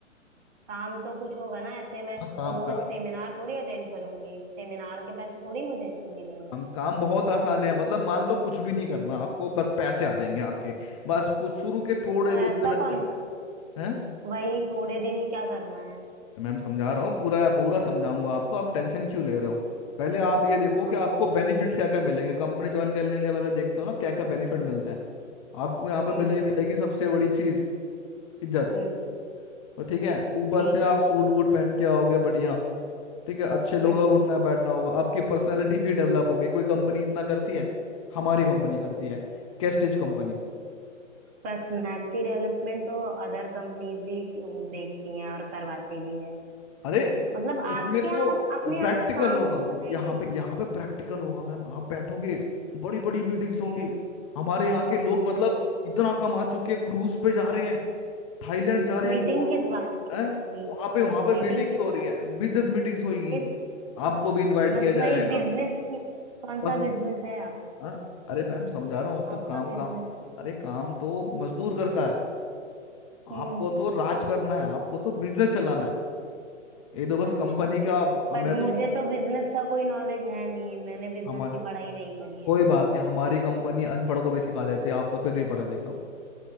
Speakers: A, on the right; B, on the left.
A: काम तो कुछ होगा ना ऐसे मैं
B: हाँ, काम
A: रोज
B: काम
A: सेमिनार थोड़ी अटेंड करूंगी सेमिनार के पैसे थोड़ी मुझे मिलेंगे
B: काम काम बहुत आसान है मतलब मान लो कुछ भी नहीं करना आपको बस पैसे आ जाएंगे आपके बस कुछ शुरू के थोड़े
A: तो
B: दिन
A: ऐसा
B: मेहनत
A: कौन
B: करना
A: सा काम
B: है
A: वही थोड़े दिन ही क्या करना है
B: मैम समझा रहा हूँ पूरा पूरा समझाऊंगा आपको आप टेंशन क्यों ले रहे हो पहले आप ये देखो
A: हाँ
B: कि आपको बेनिफिट्स क्या क्या मिलेंगे कंपनी ज्वाइन करने के पहले देखते हो ना क्या क्या बेनिफिट मिलते हैं आपको यहाँ पे
A: हम्म
B: मिले मिलेगी सबसे बड़ी चीज इज्जत
A: हम्म
B: और ठीक है ऊपर
A: ठीक
B: से आप
A: है
B: सूट बूट पहन के आओगे बढ़िया ठीक है अच्छे लोग
A: हम्म
B: हैं, उठना बैठना होगा आपकी पर्सनैलिटी भी डेवलप होगी कोई कंपनी इतना करती है हमारी कंपनी करती है कैस्टिज कंपनी
A: पर्सनालिटी डेवलपमेंट तो अदर कंपनीज भी वो देखती हैं और करवाती भी हैं
B: अरे
A: तो मतलब
B: इसमें
A: आपके यहाँ
B: तो
A: अपने यहाँ
B: प्रैक्टिकल
A: का काम
B: होगा
A: तो बताइए
B: यहाँ पे यहाँ पे प्रैक्टिकल होगा मैम आप बैठोगे बड़ी बड़ी मीटिंग्स होगी
A: हम्म
B: हमारे यहाँ के लोग
A: अच्छा
B: मतलब इतना कमा चुके हैं क्रूज पे जा रहे हैं थाईलैंड जा रहे
A: मीटिंग
B: हैं गोवा
A: किस बात की
B: है
A: होगी
B: वहां पे
A: मी,
B: वहां पे
A: मीटिंग
B: मीटिंग्स
A: किस
B: हो रही
A: बात
B: है बिजनेस मीटिंग्स होगी
A: किस
B: आपको भी इनवाइट
A: मतलब
B: किया जाएगा
A: भाई बिजनेस किस कौन सा
B: बस
A: बिजनेस है आप
B: हाँ अरे मैम समझा रहा हूँ आप तो
A: आपका
B: काम
A: बिजनेस
B: काम अरे काम तो मजदूर करता है
A: हम्म
B: आपको तो राज करना है आपको तो बिजनेस चलाना है ये तो बस
A: अच्छा
B: कंपनी का अब
A: पर
B: मैं
A: मुझे
B: तो
A: तो बिजनेस का कोई नॉलेज है नहीं मैंने बिजनेस
B: हमारे
A: की पढ़ाई नहीं करी है
B: कोई बात नहीं हमारी कंपनी अनपढ़ को भी सिखा देती है आप तो फिर भी पढ़े लिखे हो